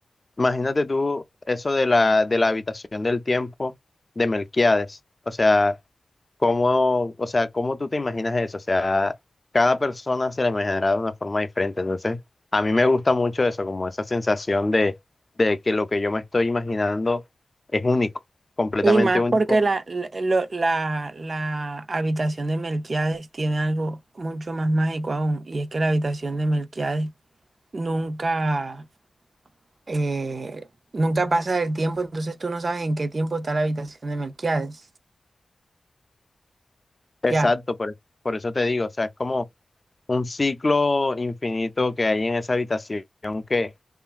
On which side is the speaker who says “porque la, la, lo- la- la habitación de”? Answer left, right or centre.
Right